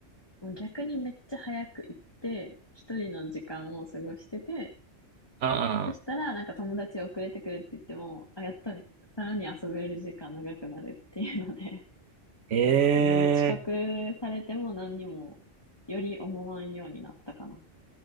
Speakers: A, on the left; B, on the right.
A: もう逆にめっちゃ早く行って、一人の時間を過ごしてて、
B: ああ、
A: そしたら、なんか友達遅れてくるって言っても、あ、やっとさらに遊べる時間長くなるっていうので、
B: ええ
A: <laughs> あの、遅刻されても何にもより思わんようになったかな。